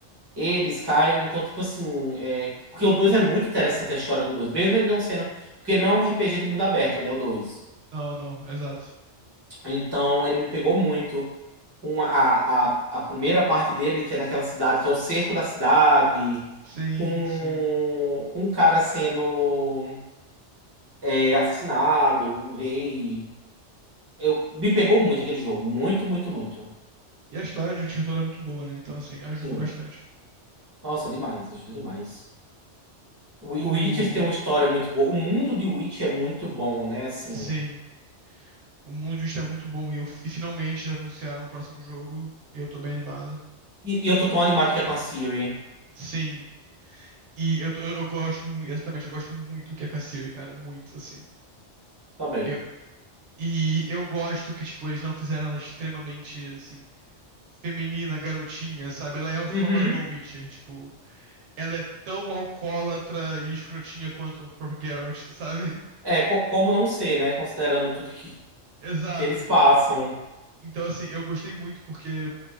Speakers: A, on the right; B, on the right.
A: Ele, Skyrim, então, tipo assim, é, porque o 2 é muito interessante a história do 2 mesmo ele não sendo, porque ele não é um RPG de mundo aberto, né, o 2
B: Não, não, exato.
A: então ele me pegou muito com a, a, a primeira parte dele, que é naquela cidade, que é o cerco da cidade,
B: Sim,
A: com,
B: sim.
A: com o cara sendo é, assassinado, o rei. Eu, me pegou muito aquele jogo, muito, muito, muito.
B: E a história de Witcher toda é muito boa, né? Então, assim, ajuda
A: Sim.
B: bastante.
A: Nossa, demais, ajuda demais. O,
B: O...
A: o Witcher tem uma história muito boa. O mundo de Witch é muito bom, né? Assim.
B: Sim, o mundo está muito bom e, eu- e finalmente anunciaram o próximo jogo. E eu tô bem animado.
A: E, e eu tô tão animado que é com a Siri
B: Sim, e eu, tô- eu, eu gosto muito, exatamente, eu gosto muito que é Kassiri, cara, muito, assim.
A: também.
B: Eu, e eu gosto que, tipo, eles não fizeram ela extremamente, assim, feminina, garotinha, sabe? Ela é só
A: Uhum.
B: mais uma Witcher, tipo, ela é tão alcoólatra e escrotinha quanto o próprio Geralt, sabe? <laughs>
A: É, co- como não ser, né? Considerando tudo que,
B: Exato.
A: que eles passam.
B: Então, assim, eu gostei muito porque